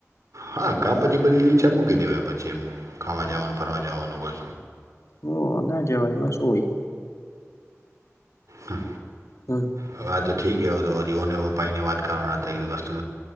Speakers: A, on the right; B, on the left.
A: હા કા પછી બધી ઈચ્છા મૂકી દેવાય પછી એમ ખાવા જવાનું ફરવા જવાનું.
B: ઓ ના જવાય એમાં શું હોય.
A: હ
B: હમ
A: હવે આ તો ઠીક હવે તો હજીવને ભાઈને વાત કરવાના હતા એ વસ્તુ